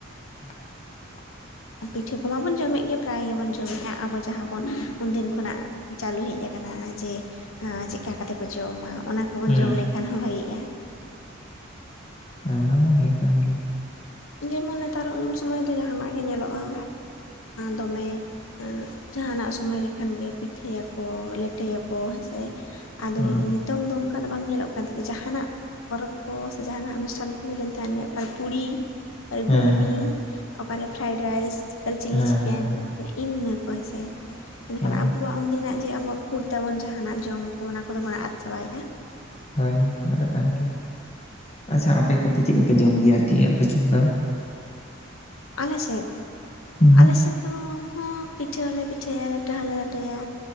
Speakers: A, on the left (about 30°); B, on the left (about 80°).
A: <inaudible>
B: ᱯᱤᱴᱷᱟᱹ ᱠᱚᱢᱟᱵᱚᱱ ᱡᱚᱢᱮᱫ ᱜᱮ ᱯᱨᱟᱭ ᱜᱮᱵᱚᱱ ᱡᱚᱢᱮᱫ-ᱟ ᱟᱵᱚ ᱡᱟᱦᱟᱸ ᱵᱚᱱ ᱩᱱᱫᱤᱱ ᱠᱷᱚᱱᱟᱜ ᱪᱟᱹᱞᱩ ᱦᱮᱡ ᱟᱠᱟᱱᱟ ᱡᱮ ᱪᱮᱫ ᱞᱮᱠᱟ ᱠᱟᱛᱮ ᱠᱚ ᱡᱚᱢᱟ ᱚᱱᱟ ᱠᱚᱵᱚᱱ
A: ᱦᱩᱸ
B: ᱡᱚᱢ
A: ᱦᱩᱸ
B: ᱞᱮᱠᱷᱟᱱ ᱦᱚᱸ ᱵᱷᱟᱜᱮ-ᱟ᱾
A: ᱦᱮᱸ ᱚᱱᱟ ᱢᱟ ᱦᱮᱸ ᱠᱟᱱ ᱜᱮ᱾
B: ᱤᱭᱟᱹᱢᱟ ᱱᱮᱛᱟᱨ ᱩᱱ ᱥᱚᱢᱚᱭ ᱫᱚ ᱡᱟᱦᱟᱱᱟᱜ ᱜᱮ ᱧᱮᱞᱚᱜ-ᱟ ᱫᱚᱢᱮ ᱡᱟᱦᱟᱱᱟᱜ ᱥᱚᱢᱚᱭ ᱨᱮᱠᱷᱟᱱᱜᱮ ᱯᱤᱴᱷᱟᱹᱭᱟᱠᱚ ᱞᱮᱴᱚᱭᱟᱠᱚ ᱦᱮᱸ ᱥᱮ ᱟᱫᱚ
A: ᱦᱮᱸ
B: ᱱᱤᱛᱚᱝ ᱫᱚ ᱱᱚᱝᱠᱟ ᱚᱠᱟ ᱫᱚ ᱵᱟᱝ ᱧᱮᱞᱚᱜ ᱠᱟᱱ ᱛᱟᱦᱮᱸ ᱫᱚ ᱡᱟᱦᱟᱱᱟᱜ ᱯᱚᱨᱚᱵᱽ ᱠᱚ ᱥᱮ ᱡᱟᱦᱟᱱᱟᱜ ᱚᱱᱩᱥᱴᱷᱟᱱ ᱠᱚ ᱦᱩᱭ ᱞᱮᱱᱠᱷᱟᱱ ᱜᱮ ᱚᱠᱟᱨᱮ ᱯᱩᱲᱤ ᱚᱠᱟ ᱨᱮ
A: ᱦᱮᱸ
B: ᱜᱷᱩᱸᱜᱱᱤ
A: ᱦᱮᱸ
B: ᱚᱠᱟᱨᱮ ᱯᱷᱨᱟᱭᱰᱟ ᱨᱟᱭᱥ ᱚᱠᱟ ᱨᱮ ᱪᱤᱞᱤ
A: ᱦᱮᱸ
B: ᱪᱤᱠᱮᱱ
A: ᱦᱮᱸ
B: ᱢᱟᱱᱮ ᱤᱧᱟᱹ ᱠᱚ ᱦᱮᱸ ᱥᱮ ᱢᱮᱱᱠᱷᱟᱱ
A: ᱦᱳᱭ
B: ᱟᱵᱚᱣᱟᱜ ᱩᱱᱫᱤᱱᱟᱜ ᱡᱮ ᱟᱵᱚᱣᱟᱜ ᱯᱷᱩᱰ ᱛᱟᱵᱚᱱ ᱡᱟᱦᱟᱱᱟᱜ ᱡᱚᱢ ᱠᱚ ᱚᱱᱟ ᱠᱚᱫᱚ ᱵᱚᱱ ᱟᱫ ᱪᱟᱵᱟᱭᱮᱫᱼᱟ᱾
A: ᱦᱳᱭ ᱟᱫᱚ ᱟᱠᱟᱱ ᱜᱮᱭᱟ, ᱟᱪᱪᱷᱟ ᱟᱯᱮ ᱠᱚᱫᱚ ᱪᱮᱫ ᱠᱚᱯᱮ ᱡᱚᱢ ᱜᱮᱭᱟ ᱟᱨᱠᱤ ᱟᱯᱮ ᱥᱮᱫ ᱫᱚ?
B: ᱟᱞᱮ ᱥᱮᱫ?
A: ᱦᱩᱸ
B: ᱟᱞᱮ ᱥᱮᱫ ᱫᱚ ᱦᱚᱸ ᱯᱤᱴᱷᱟᱹ ᱦᱚᱸᱞᱮ ᱯᱤᱴᱷᱟᱹᱭᱟ ᱞᱮᱴᱚ ᱦᱚᱸᱞᱮ ᱞᱮᱴᱚᱭᱟ᱾